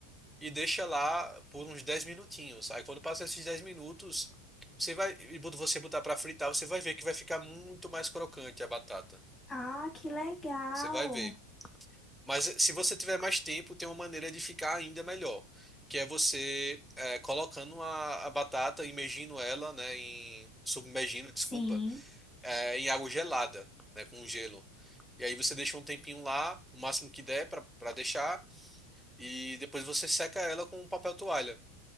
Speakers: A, in the centre; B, on the left.
A: E deixa lá por uns 10 minutinhos. Aí quando passa esses 10 minutos, você vai e quando você botar para fritar, você vai ver que vai ficar muito mais crocante a batata.
B: Ah, que legal.
A: Você vai ver. Mas eh, se você tiver mais tempo, tem uma maneira de ficar ainda melhor, que é você é, colocando a, a batata, imergindo ela, né, em, submergindo, desculpa,
B: Sim.
A: é, em água gelada, né, com gelo. E aí você deixa um tempinho lá, o máximo que der para deixar, e depois você seca ela com um papel toalha.